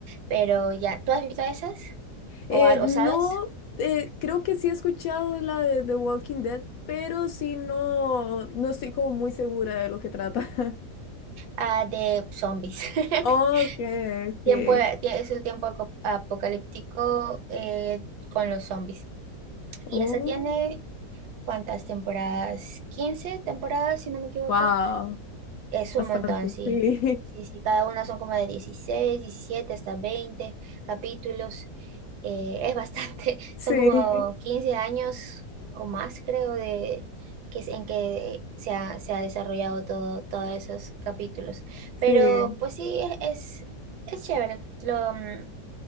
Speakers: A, on the right; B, on the left.
A: Pero ya, ¿tú has visto esas? ¿O
B: Eh,
A: algo
B: no,
A: sabes?
B: eh, creo que sí he escuchado la de The Walking Dead, pero sí no, no estoy como muy segura de lo que trata. <laughs>
A: Ah, de zombies.
B: Ok,
A: <laughs>
B: ok.
A: Tiempo, tie- es el tiempo aco- apocalíptico eh, con los zombies. Y
B: Oh,
A: esa tiene, ¿cuántas temporadas? 15 temporadas, si no me equivoco.
B: wow,
A: Es un
B: bastante,
A: montón, sí.
B: sí.
A: Sí,
B: <laughs>
A: sí, cada una son como de 16 17 hasta 20 capítulos. Eh, es bastante, <laughs>
B: Sí,
A: son como 15 años o más, creo, de que es en que se ha, se ha desarrollado todo, todos esos capítulos.
B: sí,
A: Pero pues sí, es, es, es chévere. Lo, mm,